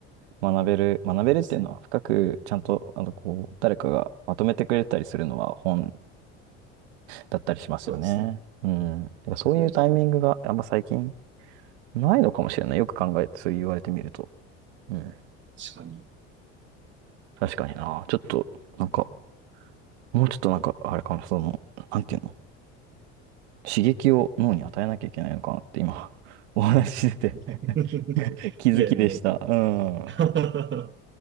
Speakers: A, on the right; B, on the right.
A: 学べる、学べるっていうのは、
B: そうですね。
A: 深くちゃんと、あの、こう、誰かがまとめてくれたりするのは本だったりしますよね。
B: そうですね。
A: うん。だからそういうタイミングがあんま最近
B: うん、
A: ないのかもしれない。よく考えて、そう言われてみると。うん
B: 確かに。
A: 確かにな。ちょっと、なんか、もうちょっとなんか、あれかも、その、なんていうの、刺激を脳に与えなきゃいけないのかなって今、お話しして
B: <laughs>
A: て <laughs> 気づきでした。
B: いやいやいや。
A: うん。
B: <laughs>